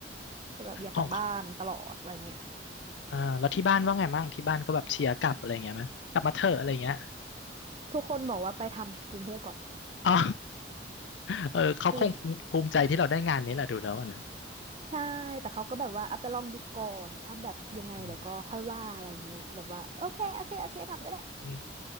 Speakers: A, on the right (about 30°); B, on the left (about 85°).
A: แต่แบบอยากกลับบ้านตลอดอะไรเงี้ย
B: ของอ่าแล้วที่บ้านว่าไงมั่งที่บ้านก็แบบเชียร์กลับอะไรเงี้ยไหมกลับมาเถอะอะไรเงี้ย
A: ทุกคนบอกว่าไปทำกรุงเทพก่อน
B: อ๋อ <laughs> เออเขาคงภูมิภูมิใจที่เราได้งานนี้แหละดูแล้วอะนะ
A: คือใช่แต่เขาก็แบบว่าเอาไปลองดูก่อนถ้าแบบยังไงเดี๋ยวก็ค่อยว่าอะไรเงี้ยแบบว่าโอเคโอเคโอเคทำก็ได้
B: อืม